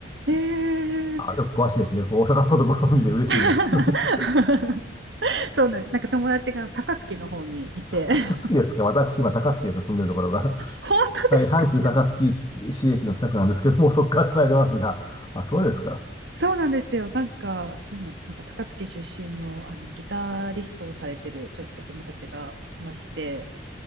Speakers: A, on the right; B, on the left.
A: ええ
B: あ、よく詳しいですね。よく大阪のことご存知で嬉しいです。
A: <laughs>
B: <laughs>
A: そうなんです。なんか友達が高槻の方にいて。<laughs>
B: 高槻ですか私、今高槻ですよ。住んでるところが。<laughs>
A: 本当ですか
B: はい、阪急高槻市駅の近くなんですけども、そこから繋いでますが。あ、そうですか。
A: そうなんですよ。なんか、そうなんです。なんか高槻出身の、あのギタリストをされてるちょっと友達がいまして、